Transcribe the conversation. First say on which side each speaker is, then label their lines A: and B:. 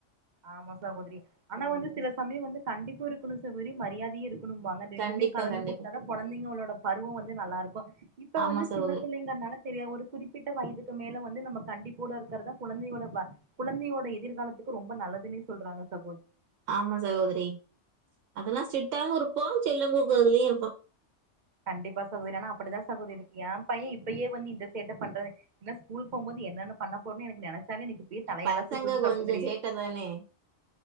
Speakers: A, on the right; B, on the right.
A: ஆமா சகோதிரி ஆனா
B: ம்
A: வந்து சில சமயோ வந்து கண்டிப்பும் இருக்கணு சகோரி மரியாதியு இருக் குணும்பாங்க ரெண்டுமே
B: கண்டிப்பா
A: கலந்து
B: கண்டிப்பா
A: குடுத்தா தா கொழந்தைகளோட பருவோ வந்து நல்லாருக்கு இப்ப
B: ஆமா
A: வந்து
B: சகோதரி
A: சின்ன புள்ளைங்கர்னால தெரியா ஒரு குறிப்பிட்ட வயதுக்கு மேல வந்து நம்ம கண்டிப் கூட இருக்கறதுத கொழந்தையோட வ குழந்தையோட எதிர்காலத்துக் ரொம்ப நல்லதுன்னே சொல்றாங்க ச
B: ஆமா சகோதரி அதெல்லா சிட்டவு இருக்கோ செல்லோ குடுக்கறதுலயு இருப்பா
A: கண்டிப்பா சகோரி ஆனா அப்டிதா சகோதரி இருக்கு ஏன் பைய இப்பயே வந்து இந்த சேட்ட பண்றது இன்னோ ஸ்கூல் போபோது என்னென்ன பண்ண போறேன்னு எனக்கு நெனச்சாலே எனக்கு இப்பவே தலையெல்லா
B: பசங்க
A: சுத்துது சகோதரி
B: கொஞ்சம் சேட்ட தானே!